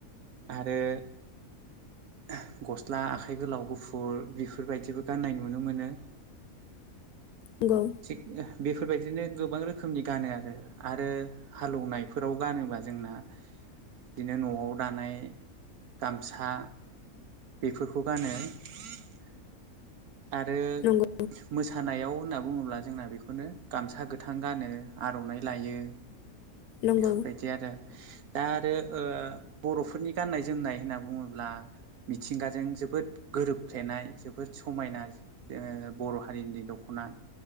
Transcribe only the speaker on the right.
आरो <unintelligible> गस्ला आखाइ गोलाव गुफुर बेफोरबायदिबो गाननाय नुनो मोनो
थिग बेफोरबायदिनो गोबां रोखोमनि गानो आरो आरो हालौनायफोराव गानोबा जोंना बिदिनो न'आव दानाय गामसा बेफोरखौ गानो <unintelligible> आरो
मोसानायाव होनना बुङोब्ला जोंना बेखौनो गामसा गोथां गानो आर'नाइ लायो‌।
बेफोरबायदि आरो दा आरो ओ बर'फोरनि गाननाय जोमनाय होनना बुङोब्ला मिथिंगाजों जोबोद गोरोबफ्लेनाय जोबोद समायना जोङो बर' हारिनि दख'ना